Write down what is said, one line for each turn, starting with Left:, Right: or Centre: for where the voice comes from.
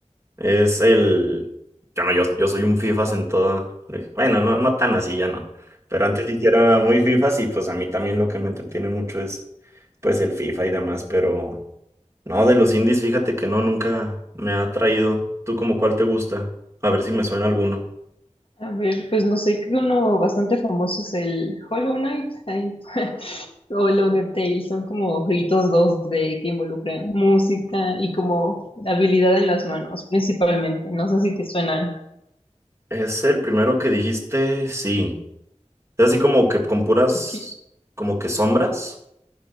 Right: es el... Yo no, yo, yo soy un FIFAs en toda... pues, Bueno, no, no tan así, ya no. Pero antes sí que era muy FIFAs y pues a mí también lo que me entretiene mucho es pues el FIFA y demás, pero no, de los indies fíjate que no, nunca me ha atraído. ¿Tú como cuál te gusta? A ver si me suena alguno.
Left: A ver, pues no sé, creo que uno bastante famoso es el Hollow Knight, ahí, <laughs> o lo de Tales, son como jueguitos dos d que involucran música y como habilidad en las manos, principalmente. No sé si te suenan.
Right: Es el primero que dijiste, sí. Es así como que con puras,
Left: Ok.
Right: como que sombras,